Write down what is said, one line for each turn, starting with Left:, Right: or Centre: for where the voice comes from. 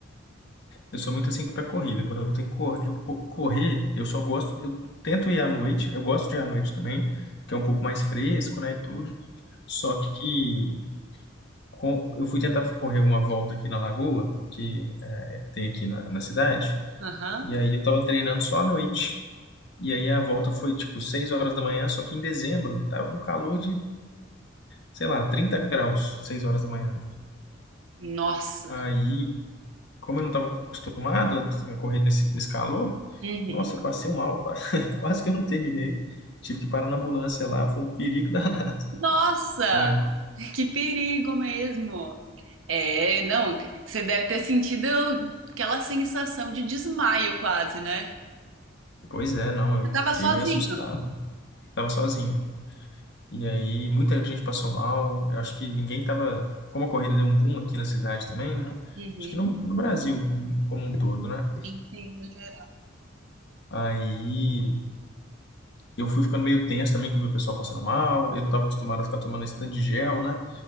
Left: Eu sou muito assim pra corrida. Quando eu tenho que cor eu co- correr, eu só gosto. Eu tento ir à noite. Eu gosto de ir à noite também, que é um pouco mais fresco, né, e tudo. Só que com- eu fui tentar correr uma volta aqui na Lagoa, que é, tem aqui na, na cidade.
Right: Aham.
Left: E aí eu tava treinando só à noite. E aí a volta foi tipo 6 horas da manhã, só que em dezembro tava um calor de, sei lá, 30 graus, 6 horas da manhã.
Right: Nossa.
Left: Aí como eu não estava acostumado a correr nesse, nesse calor,
Right: Uhum.
Left: nossa, eu passei um mal, <laughs> quase, quase que eu não terminei. Tive que parar na ambulância lá, foi um perigo <laughs> danado.
Right: Nossa!
Left: É.
Right: Que perigo mesmo. É, não, você deve ter sentido aquela sensação de desmaio quase, né?
Left: Pois é, não, eu
Right: Você tava
Left: fiquei
Right: sozinho.
Left: meio assustado. Tava sozinho. E aí, muita gente passou mal. Eu acho que ninguém tava. Como a corrida deu um boom aqui na cidade também, né?
Right: Uhum.
Left: Acho que no, no Brasil como um todo, né?
Right: Entendo, geral.
Left: Aí eu fui ficando meio tenso também, que eu vi o pessoal passando mal. Eu não tava acostumado a ficar tomando esse tanto de gel, né?